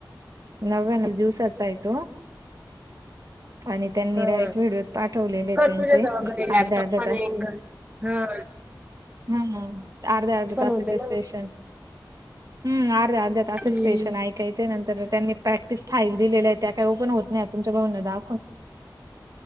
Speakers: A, on the right (about 50°); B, on the right (about 20°).
A: नव्याणवी दिवसाच आहे तो. आणि त्यांनी
B: हम
A: डायरेक्ट व्हिडिओज पाठवलेले आहेत
B: कर
A: त्यांचे
B: तुझ्या जव घरी लॅपटॉप
A: अर्ध्या अर्ध्या
B: पण ये घर. हा.
A: हम् अर्ध अर्ध तसाच्या
B: होते ना.
A: सेशन. हम् अर्ध अर्ध अस
B: हम्म.
A: सेशनय आहे. ्यायच्या नंतर त्यांनी प्रॅक्टिस फाईल दिलेल्या आहे त्या काहीओ पण होत नाही तुमच्या भाऊंना दा